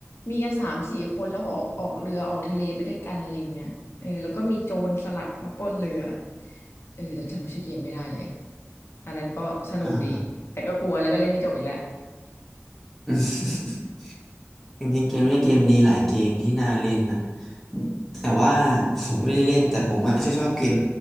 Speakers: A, on the left; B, in the centre.
A: มีกันสามสี่คนแล้วออกออกเรือออกทะเลไปด้วยกันอะไรเงี้ยเออแล้วก็มีโจรสลัดมาปล้นเรือเออแต่จำชื่อเกมไม่ได้เลยอะอันนั้นก็สนุกดีแต่ก็กลัวแล้วก็เล่นไม่จบอีกแล้ว
B: อ่า <laughs> จริงๆเกมนี้เกมดีหลายเกมที่น่าเล่นนะแต่ว่า <laughs> ผมไม่ได้เล่นแต่ผมอาจะชอบเกม